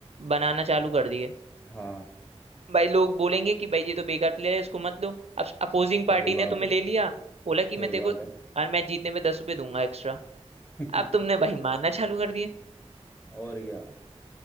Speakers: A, on the right (about 65°); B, on the left (about 15°).
A: बनाना चालू कर दिए
B: हाँ
A: भाई लोग बोलेंगे कि भाई ये तो बेकार प्लेयर है इसको मत लो अब अपोजिंग
B: सही
A: पार्टी ने
B: बात
A: तुम्हें
B: है
A: ले लिया बोला कि
B: सही
A: मैं तेरे
B: बात
A: को
B: है
A: हर मैच जीतने में दस रुपये दूंगा एक्स्ट्रा
B: <laughs>
A: अब तुमने भाई मारना चालू कर दिए
B: और क्या